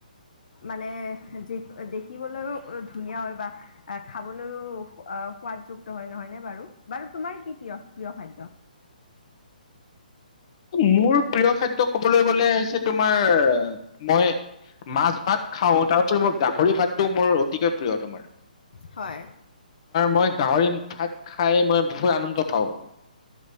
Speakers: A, on the left; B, on the left.
A: মানে যি দেখিবলৈও ধুনীয়া হয় বা খাবলৈও সোৱাদযুক্ত হয় নহয়নে বাৰু বাৰু তোমাৰ কি প্ৰিয় প্ৰিয় খাদ্য
B: মোৰ প্ৰিয় খাদ্য ক'বলৈ গলে হৈছে তোমাৰ মই মাছ ভাগ খাওঁ তাৰপৰি মই গাহৰি ভাতটো মোৰ অতিকৈ প্ৰিয় তোমাৰ
A: হয়
B: মই গাহৰি ভাত খাই মই বহুত আনন্দ পাওঁ।